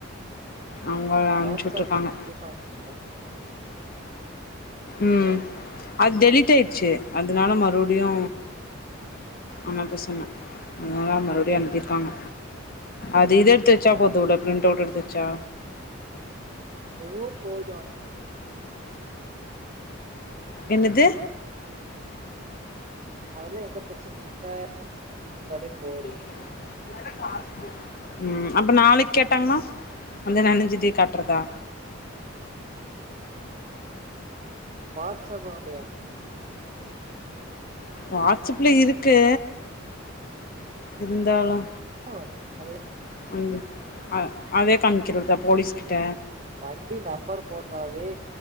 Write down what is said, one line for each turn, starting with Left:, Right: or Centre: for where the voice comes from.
Left: அவங்கள் அனுப்புச்சு
Right: வாட்ஸ்அப்ல
Left: வுட்டுருக்காங்க
Right: <unintelligible>
Left: ம் அத் டெலிட் ஆயிட்ச்சு அதனால மறுபுடியு அனால்தா சொன்ன அதனால மறுபடியு அனுப்பிருக்காங்க அதேதா எடுத்துவச்சா போதுவுடு ப்ரிண்ட்டவுட் எடுத்துவச்சா
Right: எவ்ளவோ போது
Left: என்னது
Right: அதெல்லா எந்த பிரச்சனயுல்ல <inaudible>
Left: <inaudible> ம் அப்ப நாளைக் கேட்டாங்கண்ணா வந்து நனஞ்சதே காட்றதா
Right: வாட்ஸப் ல வந்தியா
Left: வாட்ஸப்ல இருக்கு இருந்தாலு
Right: ஓ அது
Left: வந்து அ அதே காம்க்கிறதா போலீஸ்கிட்ட
Right: வண்டி நம்பர் போட்டாவே